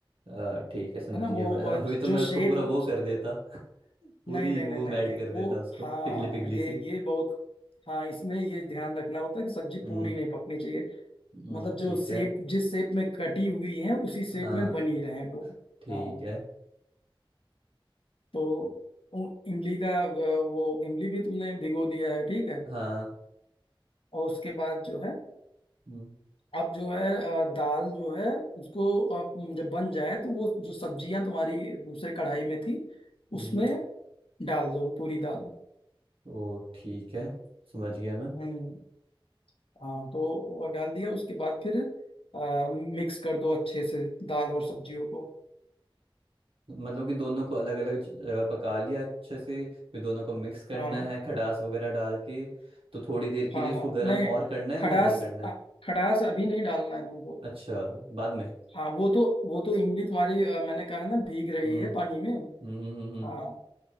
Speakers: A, on the right; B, on the left.
A: आ, ठीक है समझ
B: है ना
A: गया
B: वो
A: मैं अभी
B: और
A: तो
B: जो
A: मैं उसको
B: शेप
A: पूरा
B: हो।
A: वो कर देता <laughs> पूरी
B: नहीं नहीं
A: वो
B: नहीं नहीं
A: मेल्ट
B: नहीं
A: कर
B: वो
A: देता उसको
B: हाँ
A: पिघली पिघली
B: ये
A: सी
B: ये बहुत हाँ इसमें ये ध्यान रखना होता है कि सब्जी
A: हम्म
B: पूरी नहीं पकनी चाहिए
A: हम्म,
B: मतलब जो
A: ठीक
B: शेप
A: है
B: जिस शेप में कटी हुई है उसी शेप
A: हाँ
B: में बनी रहे वो
A: ठीक
B: हाँ
A: है
B: तो उ- इमली का अ, वो इमली भी तुमने भिगो दिया है ठीक है
A: हाँ
B: और उसके बाद जो है
A: हम्म,
B: अब जो है अ, दाल जो है उसको आप जब बन जाए तो वो जो सब्जियां तुम्हारी दूसरे कढ़ाई में थी
A: हम्म,
B: उसमें डाल दो पूरी दाल
A: ओ ठीक है समझ गया मैं
B: हम्म हाँ तो वो डाल दिया उसके बाद फिर आ, मिक्स कर दो अच्छे से दाल और सब्जियों को
A: मतलब कि दोनों को अलग अलग जगह पका लिया अच्छे से फिर दोनों को मिक्स करना
B: हाँ
A: है खटास वगैरह डाल के तो थोड़ी देर के
B: हाँ
A: लिए उसको
B: हाँ
A: गर्म
B: नहीं
A: और करना है
B: खटास
A: या नहीं करना है
B: अ, खटास अभी नहीं डालना है तुमको
A: अच्छा बाद में
B: हाँ वो तो वो तो इमली तुम्हारी अ, मैंने कहा ना भीग रही
A: हम्म
B: है पानी में
A: हम्म हम्म हम्म
B: हाँ